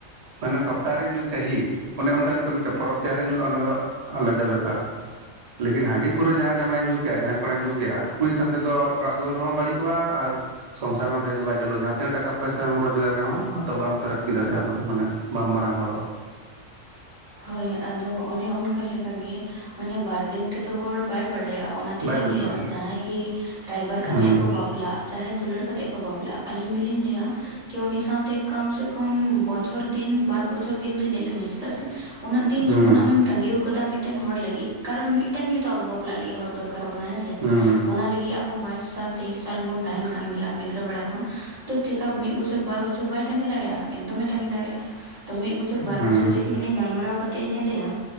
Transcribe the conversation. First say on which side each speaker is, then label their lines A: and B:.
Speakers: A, on the right; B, on the right.
A: ᱢᱟᱭᱱᱟ ᱥᱚ ᱛᱟᱨᱮ ᱧᱩ ᱪᱦᱤᱭᱮ ᱚᱱᱮ ᱚᱱᱠᱟᱱ ᱠᱚ ᱢᱤᱫᱴᱮᱱ ᱯᱚᱨᱚᱵᱽ ᱛᱮᱦᱟᱨᱮ ᱧᱩᱼᱟ ᱚᱱᱟ ᱫᱚ ᱟᱞᱮ ᱫᱚ ᱵᱮᱯᱟᱨ᱾ ᱞᱮᱠᱤᱱ ᱦᱟᱺᱰᱤ ᱯᱟᱹᱣᱟᱹ ᱡᱟᱦᱟᱸᱭ ᱡᱟᱢᱟᱭᱮ ᱧᱩ ᱠᱮᱜᱼᱟ ᱡᱟᱦᱟᱸᱭ ᱠᱚᱲᱟᱭ ᱧᱩ ᱠᱮᱜᱼᱟ ᱩᱱᱤ ᱥᱟᱱ ᱛᱮᱫᱚ ᱚᱲᱟᱜ ᱫᱩᱣᱟᱹᱨ ᱦᱚᱸ ᱵᱟᱹᱲᱤᱠ ᱠᱚᱜᱼᱟ ᱟᱨ ᱥᱚᱝᱥᱟᱨ ᱦᱚᱸ ᱵᱮᱥ ᱫᱚ ᱵᱟᱭ ᱪᱟᱹᱞᱩ ᱡᱟᱦᱟᱸ ᱛᱤᱱᱟᱜ ᱴᱟᱠᱟ ᱯᱚᱭᱥᱟᱢ ᱨᱚᱡᱽᱜᱟᱨ ᱨᱮᱦᱚᱸ ᱟᱫᱚ ᱵᱟᱢ ᱛᱟᱨᱟᱠᱤ ᱫᱟᱲᱮᱭᱟᱜᱼᱟ ᱫᱚ ᱢᱟᱱᱮ ᱵᱟᱢ ᱢᱟᱨᱟᱝ ᱦᱚᱲᱚᱜᱼᱟ᱾
B: ᱦᱳᱭ ᱟᱫᱚ ᱚᱱᱮ ᱚᱱᱠᱟ ᱞᱮᱠᱟ ᱜᱤ ᱢᱟᱱᱮ ᱵᱟᱨᱫᱤᱱ ᱛᱮᱫᱚ ᱦᱚᱲ ᱵᱟᱭ ᱵᱟᱲ ᱫᱟᱭᱟᱜᱼᱟ ᱚᱱᱟ ᱛᱮᱞᱤᱧ
A: ᱵᱟᱭ ᱵᱩᱡᱩᱜᱼᱟ
B: ᱞᱟᱹᱭᱟ ᱡᱟᱦᱟᱸᱭ ᱜᱤ ᱨᱟᱭᱵᱟᱨ ᱠᱟᱛᱮᱜ
A: ᱦᱩᱸ
B: ᱠᱚ ᱵᱟᱯᱞᱟᱜ ᱡᱟᱦᱮ ᱫᱩᱞᱟᱹᱲ ᱠᱟᱛᱮᱜ ᱠᱚ ᱵᱟᱯᱞᱟᱜ ᱟᱹᱞᱤᱧ ᱫᱚᱞᱤᱧ ᱞᱟᱹᱭᱟ ᱠᱤ ᱩᱱᱤ ᱥᱟᱶᱛᱮ ᱠᱟᱢ ᱥᱮ ᱠᱚᱢ ᱵᱚᱪᱷᱚᱨ ᱫᱤᱱ ᱵᱟᱨ ᱵᱚᱪᱷᱚᱨ ᱫᱤᱱ ᱫᱚ ᱧᱮᱞᱮ ᱢᱮ᱾ ᱪᱮᱫᱟᱜ ᱥᱮ ᱩᱱᱟᱹᱜ ᱫᱤᱱ
A: ᱦᱩᱸ
B: ᱡᱚᱠᱷᱚᱱ ᱟᱢᱮᱢ ᱛᱟᱸᱜᱤᱣ ᱠᱟᱫᱟ ᱢᱤᱫᱴᱮᱱ ᱦᱚᱲ ᱞᱟᱹᱜᱤᱜ ᱠᱟᱨᱚᱱ ᱢᱤᱫᱴᱮᱱ ᱜᱮᱚᱛ ᱟᱵᱚ ᱵᱟᱯᱞᱟᱜ ᱞᱟᱹᱜᱤᱜ ᱦᱚᱲ ᱫᱚᱨᱠᱟᱨᱚᱜ ᱠᱟᱱᱟ ᱦᱮᱸᱥᱮ᱾
A: ᱦᱩᱸ
B: ᱚᱱᱟ ᱞᱟᱹᱜᱤᱜ ᱟᱵᱚ ᱵᱟᱭᱤᱥ ᱥᱟᱞ ᱛᱮᱭᱤᱥ ᱥᱟᱞ ᱵᱚᱱ ᱛᱟᱦᱮᱱ ᱠᱟᱱ ᱜᱮᱭᱟ ᱜᱤᱫᱽᱨᱟᱹ ᱵᱮᱲᱟ ᱠᱷᱚᱱ ᱛᱚ ᱪᱮᱠᱟ ᱢᱤᱫ ᱵᱚᱪᱷᱚᱨ ᱵᱟᱨ ᱵᱚᱪᱚᱨ ᱵᱟᱭ ᱛᱟᱸᱜᱤ ᱫᱟᱲᱮᱜᱼᱟ ᱮᱠᱫᱚᱢ ᱮ ᱛᱟᱸᱜᱤ ᱫᱟᱲᱤᱜᱼᱟ ᱛᱚ ᱢᱤᱫ ᱵᱚᱷᱚᱨ
A: ᱦᱩᱸ
B: ᱵᱟᱨ ᱵᱚᱪᱷᱚᱨ ᱡᱩᱫ ᱜᱟᱞᱢᱟᱨᱟᱣ ᱠᱟᱛᱮᱜ ᱤᱧ ᱧᱮᱞ ᱮᱜᱟ